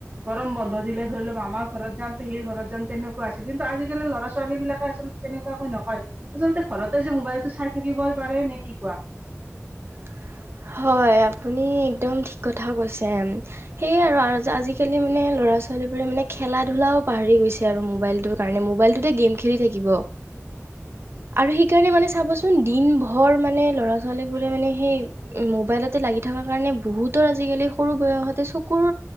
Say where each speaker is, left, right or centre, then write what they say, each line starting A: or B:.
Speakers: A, on the right; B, on the right.
A: গৰম বন্ধ দিলে ধৰি লওঁক। মামা ঘৰত যাম, পেহীৰ ঘৰত যাম, তেনেকুৱা আছিল। কিন্তু আজিকালি ল'ৰা ছোৱালী বিলাক আচল তেনেকুৱাকৈ নকয় আচলতে ঘৰতে যে মোবাইলতটো চাই থাকিবই পাৰে নে কি কোৱা।
B: <inaudible> হয়, আপুনি একদম ঠিক কথা কৈছে। সেয়ে আৰু আজিকালি মানে ল'ৰা ল'ৰা ছোৱালীবোৰে মানে খেলা ধূলাও পাহৰি গৈছে আৰু মোবাইলটোৰ কাৰণে মোবাইলটোতে গেম খেলি থাকিব। আৰু সেইকাৰণে মানে চাবচোন দিন ভৰ মানে ল'ৰা ছোৱালী বোৰে মানে সেই মোবাইলতে লাগি থকা কাৰণে বহুতৰ আজিকালি সৰু বয়সতে চকুৰ